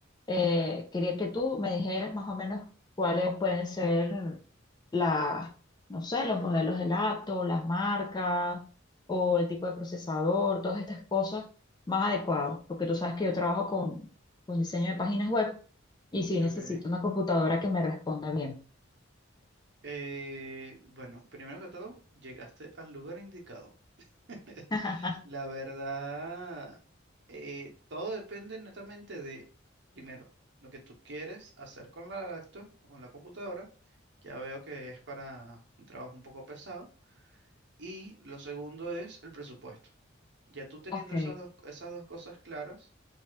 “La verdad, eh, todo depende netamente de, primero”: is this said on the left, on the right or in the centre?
Right